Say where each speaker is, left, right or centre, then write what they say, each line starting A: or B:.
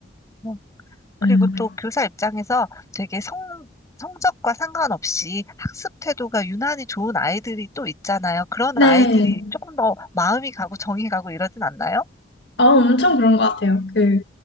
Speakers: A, on the left; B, on the left.
A: 어, 그리고
B: 네.
A: 또 교사 입장에서 되게 성, 성적과 상관없이 학습 태도가 유난히 좋은 아이들이 또 있잖아요. 그런
B: 네.
A: 아이들이 조금 더 마음이 가고 정이 가고 이러진 않나요?
B: 아, 엄청 그런 것 같아요. 그,